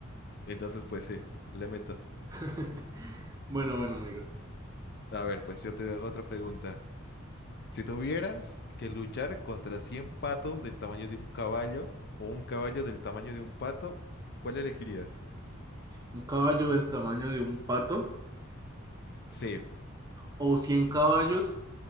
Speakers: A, on the left; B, on the right.
A: Entonces pues sí, le meto.
B: <laughs> Bueno, bueno, amigo.
A: A ver, pues yo te hago otra pregunta. Si tuvieras que luchar contra 100 patos del tamaño de un caballo o un caballo del tamaño de un pato, ¿cuál elegirías?
B: Un caballo del tamaño de un pato
A: Sí.
B: o 100 caballos